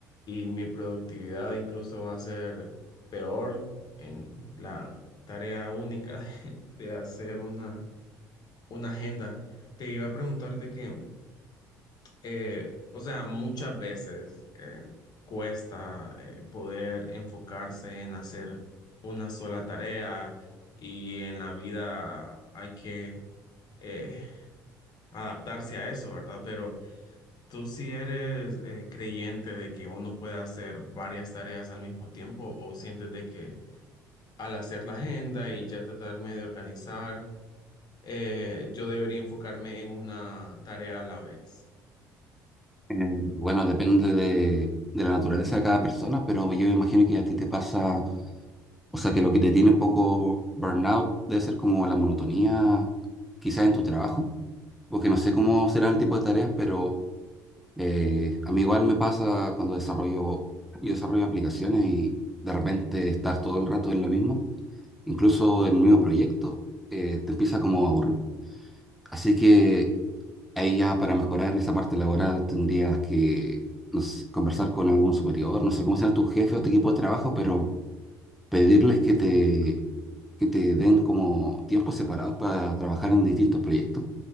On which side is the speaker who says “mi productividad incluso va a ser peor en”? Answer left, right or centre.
Left